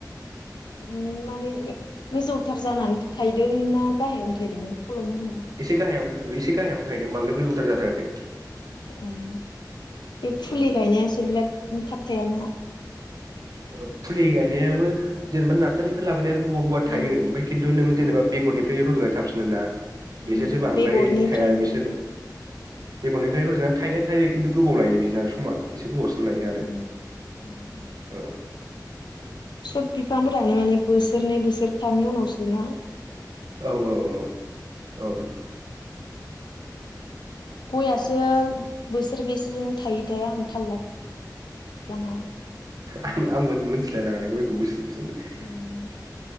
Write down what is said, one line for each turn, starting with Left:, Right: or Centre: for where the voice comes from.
Left: उम माने ए गोजौथार जानानै थायदों ना गाहायावानो थायदों बि खल'म होनाया?
Right: एसे गाहायावनो एसे गाहायावनो थायदों बांद्राय गोजौथार जाद्रायाखै।
Left: उम बे फुलि
Right: औ
Left: गायनायासो बिराद उम थाब थायाना?
Right: ओ फुलि गायनायाबो जेनेबा नार्सारिनिफ्राय लाबोनाय आरो अबा थायो
Left: ओं
Right: ओमफाय खिन्थु नों
Left: ओं
Right: जेनेबा बेगरनिफ्राय रज'नाय थाफिनो ना। बिसोरसो
Left: उम
Right: बांद्राय
Left: बेगरनिफ्रायनो
Right: थाया बिसोरो बेगरनिफ्राय रज'ना थायनाया थायो किन्तु गोबाव लायो बिदिना समा एसे गोबावसिन लायो आरो
Left: ओं। <inaudible>
Right: औ
Left: सब बिफांफोरानो माने बोसोरनै बोसोरथामनि उनावसोना
Right: औ औ औ औ
Left: गयासो बोसोर बेसेजों थायो थाय आं थाललाफ्लाङा।
Right: आ आंबो मोनथिलायलाङालै गयखौ बोसि बोसोरनि
Left: उम